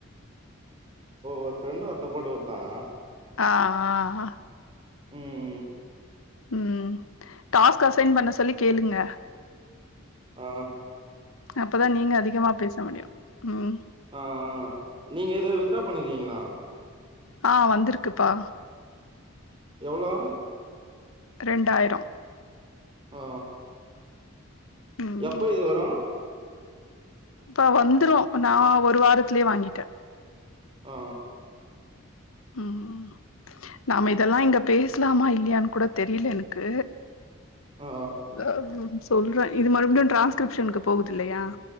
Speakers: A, on the right; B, on the left.
A: ஒரு ஃப்ரெண்டு ஒருத்த போட்டு குடுத்தா
B: ஆஆ
A: ம் ம்
B: ம் டாஸ்க் அசைன் பண்ண சொல்லி கேளுங்க
A: ஆ
B: அப்பதா நீங்க அதிகமா பேச முடியும் ம்
A: ஆஆ நீங்க ஏதும் வித் ட்ரா பண்ணிருங்களா
B: ஆ வந்திருக்குப்பா
A: எவ்ளோ
B: ரெண்டாயிரம்
A: ஆ
B: ம்
A: எப்போ இது வரும்
B: இப்ப வந்துரும் நா ஒரு வாரத்திலயே வாங்கிட்ட
A: ஆ
B: ம் நாம இதெல்லா இங்க பேசலாமா இல்லையான்னு கூட தெரியல எனக்கு
A: ஆ
B: <unintelligible> சொல்றே இது மறுபடியு டிரான்ஸ்கிரிப்ஷனு்கக்கு போகுது இல்லையா